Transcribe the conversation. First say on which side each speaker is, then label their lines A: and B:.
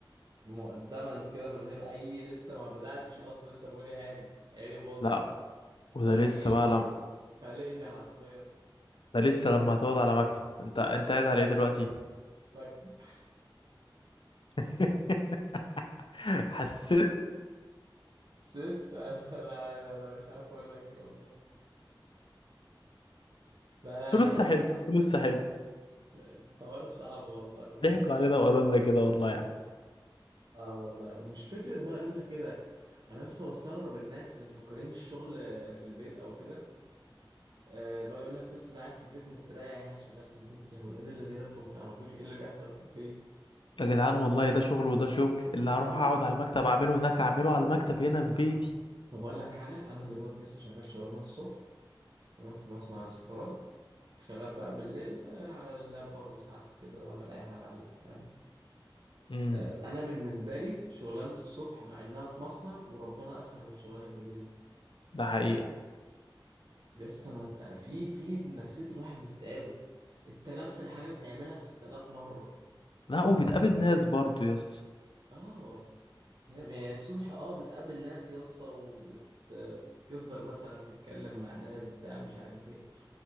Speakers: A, on the right (about 55°); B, on the left (about 70°).
A: مقدما كده من غير اي لسه ما بداتش اصلا لسه بقول يا هادي عيني باظت
B: لا وده
A: ظهري
B: لسه بقى
A: بص
B: لم...
A: فلقني حرفيا
B: ده لسه لما هتقعد على مكتب انت انت قاعد على ايه دلوقتي
A: مكتب <laughs>
B: <laughs> حسيت
A: ست انا انا أنا مش عارف اقول لك ايه والله لا لا
B: فلوسها
A: الحوار
B: حلوه
A: صعب
B: فلوسها حلوه
A: الحوار صعب والله بجد
B: ضحكوا علينا وقالوا لنا كده والله يا عم
A: اه والله ومش فكرة بقى اقول لك كده انا يا اسطى بستغرب الناس اللي مفكرين الشغل في البيت او كده آه، اللي هو يقول لك يا اسطى ده قاعد في البيت مستريح يعني شغال في البيت يا ولاد الذين انتوا ما تعرفوش ايه اللي بيحصل في البيت
B: يا جدعان والله ده شغل وده شغل اللي هروح
A: اه
B: اقعد على المكتب اعمله هناك اعمله على المكتب هنا في
A: اه
B: بيتي
A: طب اقول لك حاجة انا دلوقتي يا اسطى شغال شغلانة الصبح تمام في مصنع للسفارات وشغال بقى بالليل آه، على اللاب برضه ساعات كده بعمل أي حاجة على اللاب فاهم
B: امم
A: آه، أنا بالنسبة لي شغلانة الصبح مع إنها في مصنع وربنا أسهل من شغلانة بالليل
B: ده حقيقة
A: يا اسطى أنا في في نفسية الواحد بتتعبه أنت نفس الحاجة بتعملها 6000 مرة
B: لا وبتقابل ناس برضو يا اسطى
A: آه فاهم يعني الصبح اه بتقابل ناس يا اسطى وبتفضل مثلا تتكلم مع ناس بتاع مش عارف ايه